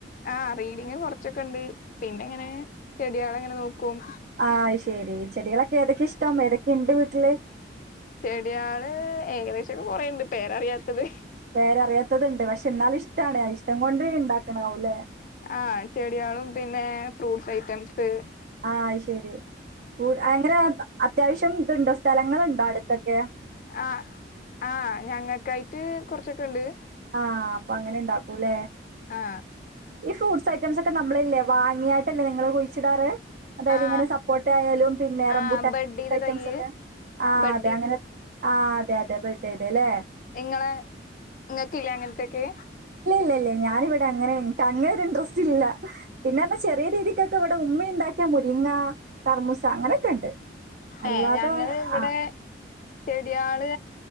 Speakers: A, on the left; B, on the right.
A: ആ റീഡിങ്ങ് കൊറച്ച് ക്കെണ്ട് പിന്നെങ്ങനെ ചെടിയാ അതെങ്ങനെ നോക്കൂം
B: ആ അത് ശെരി ചെടികളെ ഏതെക്കെ ഇഷ്ടം ഏതെക്കെണ്ട് വീട്ട്ല്
A: ചെട്യാള് ഏകദേശൊക്കെ കെറേണ്ട് പേരറിയാത്തത്
B: പേരറിയാത്തത്ണ്ട് പക്ഷേ ന്നാലും ഇഷ്ടാണ് ആ ഇഷ്ടം കൊണ്ട്ണ്ടാക്ക്ണ്ടാവും ലേ
A: ആ ചെട്യാളും പിന്നേ ഫ്രൂട്സയ്റ്റംസ്
B: ആ അയ്ശെരി <unintelligible> ത്യാവശ്യം ത്‌ണ്ടോ സ്ഥലങ്ങള്ണ്ടോ അട്ത്തൊക്കെ
A: ആ ആ ഞങ്ങക്കായ് ട്ട് കുറച്ചൊക്കെണ്ട്
B: ആ അപ്പങ്ങാനെണ്ടാക്കൂലേ
A: ആ
B: ഈ ഫ്രൂട്സ് ഐറ്റംസ് ഒക്കെ നമ്മളില്ലേ വാങ്ങിയാട്ടല്ലേ നിങ്ങള് കുഴിച്ചിടാറ്. അതായത്
A: ആ
B: ഇങ്ങനെ സപ്പോട്ടേയാലും
A: ആഹ്
B: റംബൂട്ടാൻ
A: ബഡ്ഡീത
B: ഐറ്റംസൊക്കെ
A: തയ്യ്
B: ആ
A: ബഡ്ഡീത്
B: അതെ അങ്ങനെ ആ അതെ അതെ ബെഡെയ്തെല്ലേ
A: ഇങ്ങളെ ഇങ്ങ ക്ക്‌ല്ലേ അങ്ങൻതൊക്കെ
B: ല്ലല്ലേ ഞാനിവിടെ അങ്ങനെ ഇന്ക് അങ്ങന ഒരു ഇൻട്രസ്റ്റ്ല്ല പിന്നെ ന്നാ ചെറിയ രീതിക്കൊക്കെ ഇവിടെ ഉമ്മ ഉണ്ടാക്കിയ മുരിങ്ങ കറമൂസ അങ്ങനെയൊക്കെ ഉണ്ട് അല്ലാതെ
A: ഏ ഞങ്ങള് ഇവിടെ
B: ആ
A: ചെടിയള്